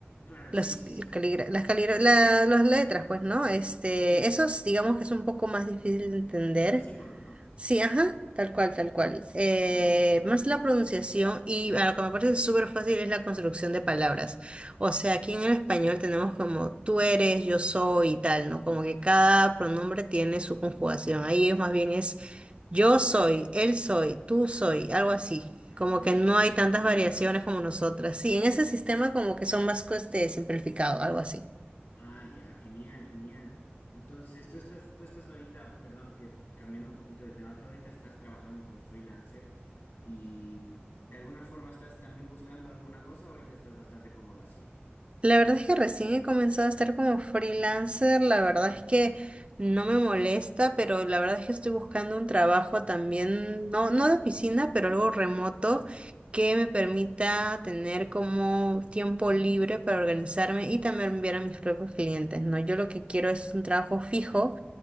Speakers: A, on the left; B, on the right.
A: claro,
B: los
A: sí, sí, sí.
B: caligra- las, caligra- la- las letras, pues, ¿no? Este,
A: Sí,
B: esos digamos que es un poco más difícil de entender.
A: Ah, Que se llama símbolos, ¿no?
B: Sí, ajá, tal cual, tal cual. Eh,
A: Ah, ya.
B: más la pronunciación y a lo que me parece súper fácil es la construcción de palabras. O sea, aquí en el español tenemos como tú eres, yo soy y tal, ¿no? Como que
A: Ajá.
B: cada pronombre tiene su conjugación. Ahí es más bien es yo soy, él soy, tú soy, algo así.
A: Ah,
B: Como que no
A: ya.
B: hay tantas
A: Más
B: variaciones
A: fácil.
B: como nosotras. Sí, en ese sistema como
A: Claro.
B: que son más este, simplificado, algo así.
A: Ah, ya. Genial, genial. Entonces, tú estás, tú estás ahorita, perdón, que cambiando un poquito de tema, tú ahorita estás trabajando como freelancer y de alguna forma estás también buscando alguna cosa o ahorita estás bastante cómodo así.
B: La verdad es que recién he comenzado a estar como freelancer, la verdad es que no me molesta, pero la verdad es que estoy buscando un trabajo también, no, no de oficina, pero algo remoto que me permita tener como tiempo libre para organizarme y también enviar a mis propios clientes, ¿no? Yo lo que quiero es un trabajo fijo